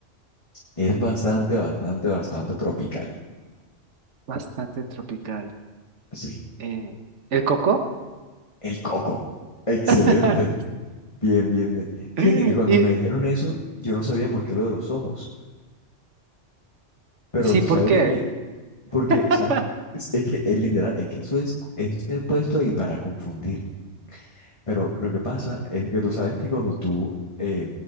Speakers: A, on the left (about 25°); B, on the right (about 75°).
A: Es bastante, bastante, bastante tropical.
B: Bastante tropical.
A: Sí,
B: Eh, ¿el coco?
A: el coco. Excelente.
B: <laughs>
A: Bien, bien, bien. Fíjate
B: Sí.
A: que cuando
B: Y
A: me dijeron eso, yo no sabía por qué lo de los ojos, pero
B: sí,
A: tú
B: ¿por
A: sabes
B: qué?
A: de que Porque,
B: <laughs>
A: ¿sabes? Es, es que es literal, es que eso es, es puesto ahí para confundirte. Pero lo que pasa es que tú sabes que cuando tú eh,